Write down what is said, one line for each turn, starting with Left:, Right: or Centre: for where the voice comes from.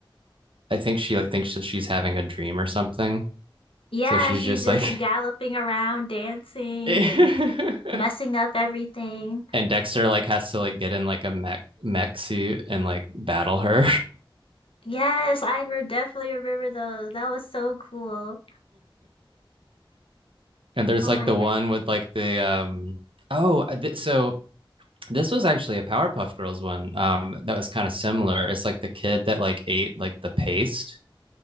Right: I think she like thinks that she's having a dream or something.
Left: Yeah,
Right: So she's
Left: she's
Right: just
Left: just
Right: like,
Left: galloping around, dancing
Right: <laughs> and
Left: and messing up everything.
Right: Dexter like has to like get in like a mech mech suit and like battle her. <laughs>
Left: Yes, I re- definitely remember those. That was so cool.
Right: And there's
Left: Oh
Right: like
Left: my
Right: the
Left: goodness.
Right: one with like the um oh uh, th- so This was actually a Powerpuff Girls one. Um, that was kind of similar. It's like the kid that like ate like the paste.